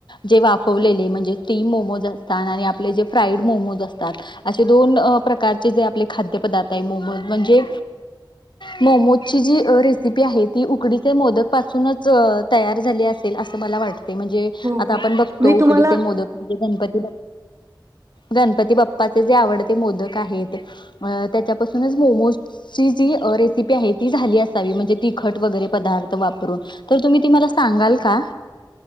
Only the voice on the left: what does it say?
जे वाफवलेले म्हणजे स्टीम मोमोज असतात आणि आपले जे फ्राईड मोमोज असतात असे दोन प्रकार जे आपले खाद्य पदार्थ आहे मोमोज म्हणजे मोमोजची जी रेसिपी आहे ती उकडीचे मोदक पासूनच तयार झाली असेल असं मला वाटत ते म्हणजे
आता
आपण बघतो
उकडीचे
मोदक म्हणजे गणपती गणपती बाप्पाचे जे आवडते मोदक आहेत त्याच्यापासूनच मोमोजची जी रेसिपी आहे ती झाली असावी म्हणजे तिखट वगैरे पदार्थ वापरून तर तुम्ही ती मला सांगाल का